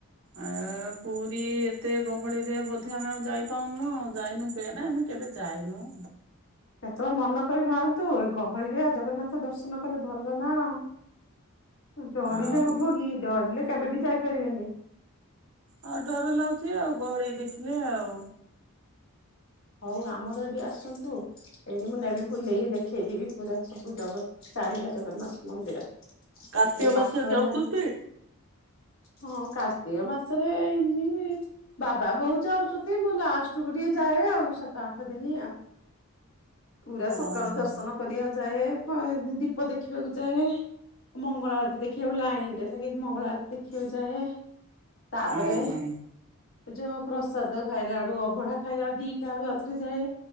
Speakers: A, on the right; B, on the left.
A: ଆ ପୁରୀ ଏତେ ଗହଳିରେବୋଧେ ଆମେ ଆଉ ଯାଇପଉନୁ ଯାଇନୁ ସେ ଆମେ? କେବେ ଯାଇନୁ?
B: କେତେବେଳେ ମନ କରି ଭାରନ୍ତୁ, ଏ ଗହଳିରେ ଆ, ଜଗନ୍ନାଥ ଦର୍ଶନ କଲେ ଭଲ ନା। ଅ, ଡରିଲେ
A: ଆଉ
B: ହବ କି? ଡରିଲେ କେବେ ବି ଯାଇପାରିବାନି।
A: ହଁ ଡର ଲାଗୁଛି ଆଉ, ଗହଳି ଦେଖିଲେ ଆଉ।
B: ହଉ ଆମର ଏଠି ଆସନ୍ତୁ। ଏଇଠି ମୁଁ ନେବି ବୁଲେଇକି ଦେଖେଇ ଦେବି ପୁରା ସବୁ ଜଗ ଚାରିଟା ଜଗନ୍ନାଥ ମନ୍ଦିର। ଏଠି
A: କାର୍ତ୍ତିକ ମାସରେ
B: ପାଖ
A: ଯାଉଛନ୍ତି?
B: ନା। ହଁ କାର୍ତ୍ତିକ ମାସରେ ଏମତି ବାବା ବୋଉ ଯାଉଚନ୍ତି, ମୁଁ ଲାଷ୍ଟ କୁ ଟିକେ ଯାଏ ଆଉ ସାତ ଆଠ ଦିନି ଆ, ପୁରା ସକାଳୁ
A: ଓହୋ
B: ଦର୍ଶନ କରିଆ ଯାଏ। କଏ ଦୀ-ଦୀପ ଦେଖିବାକୁ ଯାଏ। ମଙ୍ଗଳ ଆଳତି ଦେଖିବାକୁ ଲାଇନ ରେ <unintelligible> ମଙ୍ଗଳ ଆଳତି ଦେଖିବାକୁ ଯାଏ। ତାପରେ
A: ଓହୋ
B: ଯୋଉ ପ୍ରସାଦ ଖାଇଲା ବେଳୁ, ଅଭଡା ଖାଇଲା ବେଳୁ ଦିଟା ବେଳୁ ଆଉଥରେ ଯାଏ।